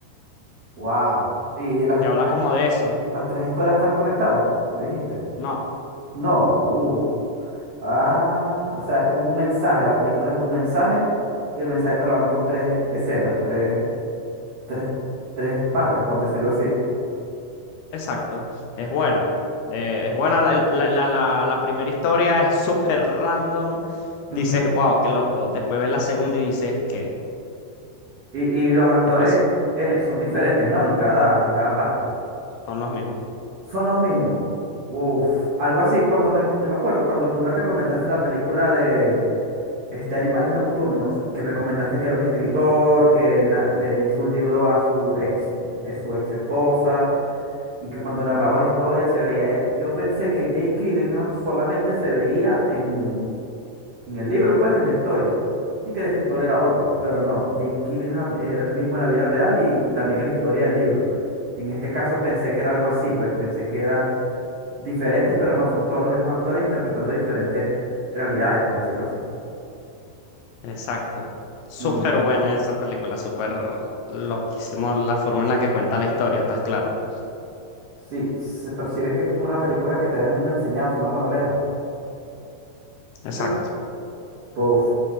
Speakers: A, on the right; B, on the left.
A: wow. Y las,
B: Te habla
A: las
B: como de eso.
A: Las tres historias están conectadas, me dijiste.
B: No,
A: No, uff. Ah, o sea, es como un mensaje. La película es un mensaje y el mensaje te lo dan con tres escenas, tres, tres, tres partes, por decirlo así.
B: Exacto, es buena. Eh, es buena, la, el- la- la- la- la primera historia es súper random. Dices,
A: Ujú.
B: wow, qué loco. Después ves la segunda y dices, ¿qué?
A: Y, y los actores
B: ¿Qué pasó?
A: eh, son diferentes, ¿no? En cada, en cada parte.
B: Son los mismos.
A: Son los mismos. Uf, algo así. Cuando me, yo me acuerdo, cuando tú me recomendaste la película de este, Animales Nocturnos, que me comentaste que era un escritor, que na- le hizo un libro a su ex, a su ex esposa y que cuando narraba la historia se veía él. Yo pensé que Jake Gyllenhaal solamente se veía en, en el libro, pues, en la historia, y que el escritor era otro, pero no, Jake Gyllenhaal era el mismo en la vida real y, y también en la historia del libro. En este caso pensé que era algo así, pues, pensé que eran diferentes, pero no, son todos los mismos actores interpretando diferentes realidades, por decirlo así.
B: Exacto. Súper
A: Mm,
B: buena esa película, súper loquísimo la forma en la que cuenta la historia, estás claro.
A: Sí, se percibe que es como una película que te deja una enseñanza, una moraleja.
B: Exacto.
A: Sí. Buf,